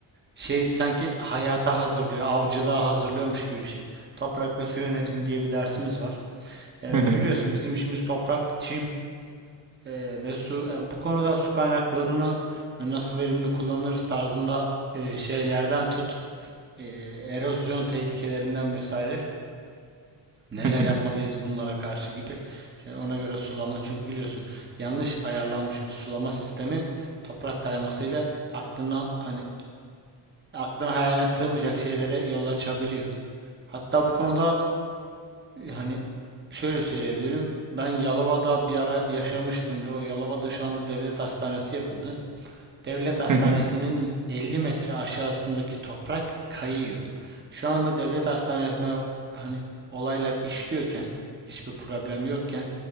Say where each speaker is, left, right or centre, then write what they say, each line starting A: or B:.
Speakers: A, on the right (about 20°); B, on the right (about 40°).
A: şey sanki hayata hazırlıyor, avcılığa hazırlıyormuş gibi bir şey. Toprak ve su yönetimi diye bir dersimiz var. E,
B: hı hı,
A: biliyorsun bizim işimiz toprak, çim e, ve su. E, bu konuda su kaynaklarını e, nasıl verimli kullanırız tarzında e, şeylerden tut e, erozyon tehlikelerinden vesaire neler
B: hı hı,
A: yapmalıyız bunlara karşı gibi E, ona göre sulama çünkü biliyorsun yanlış ayarlanmış bir sulama sistemi toprak kaymasıyla aklına hani aklına hayaline sığmayacak şeylere yol açabiliyor. Hatta bu konuda e, hani şöyle söyleyebilirim. Ben Yalova'da bir ara yaşamıştım ve o Yalova'da şu anda devlet hastanesi yapıldı. Devlet Hastanesi'nin
B: hı hı,
A: 50 metre aşağısındaki toprak kayıyor. Şu anda devlet hastanesine hani olaylar işliyorken, hiçbir problem yokken